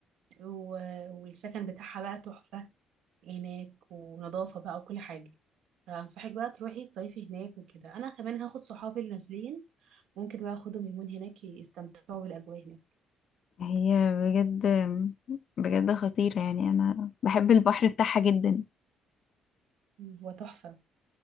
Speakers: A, on the right; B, on the left.
A: و- والسكن بتاعها بقى تحفه هناك ونظافه بقى وكل حاجه فانصحك بقى تروحي تصيفي هناك وكده انا كمان هاخد صحابي اللي نازلين ممكن بقى اخدهم يومين هناك يستمتعوا بالاجواء هناك
B: هي بجد بجد خطيرة يعني أنا بحب البحر بتاعها جدا
A: مم. هو تحفة